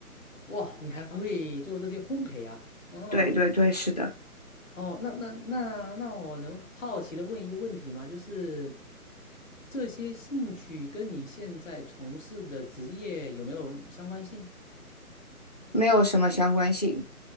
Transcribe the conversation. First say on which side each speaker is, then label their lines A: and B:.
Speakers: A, on the left; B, on the left.
A: 哇，你还会做这些烘焙啊，嗯
B: 对对对，是的，
A: 哦，那那那那我能好奇的问一个问题吗？就是这些兴趣跟你现在从事的职业有没有相关性？
B: 没有什么相关性。